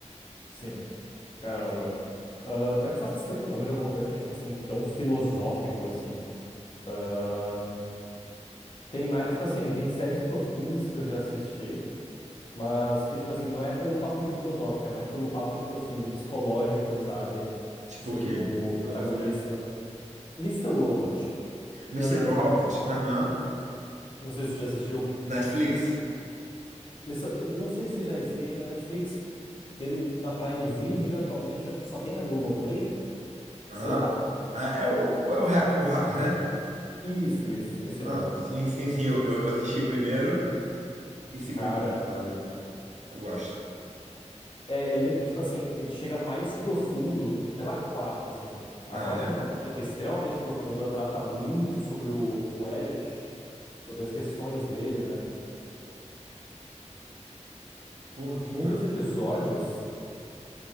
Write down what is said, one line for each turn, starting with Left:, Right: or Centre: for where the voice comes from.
Left: sim. Caramba. Ah, pior que faz tempo que eu não vejo alguma coisa que é, tipo assim, tão filosófico, assim. Ah, Tem mais, tipo assim, tem séries profundas que eu já assisti, mas que, tipo assim, não é pelo papo de filosófico, é mais pelo papo, tipo assim, do psicológico, sabe?
Right: Tipo
Left: Sobre
Right: o quê?
Left: o protagonista.
Right: É uma série.
Left: Mister Robot. Já,
Right: Mr. Robert,
Left: já falou?
Right: aham.
Left: Não sei se você já assistiu.
Right: Netflix.
Left: Mr. eu Não sei se já esteve na Netflix. Teve na Prime Video atualmente, eu acho que só tem na Globoplay.
Right: Ah.
Left: Sei lá.
Right: Ah, é o, é o, hack, o Hackers, né?
Left: Isso, isso, esse
Right: Ah,
Left: mesmo.
Right: sim, sim, sim. Eu, eu eu assisti o primeiro e segunda
Left: Cara,
Right: temporada. Eu gosto.
Left: É, ele, tipo assim, ele chega mais profundo pela quarta, assim.
Right: Ah,
Left: A quarta
Right: é?
Left: temporada ela é extremamente profunda, trata muito sobre o, o Elliot, sobre as questões dele, né?
Right: Porra, que massa.
Left: Um dos episódios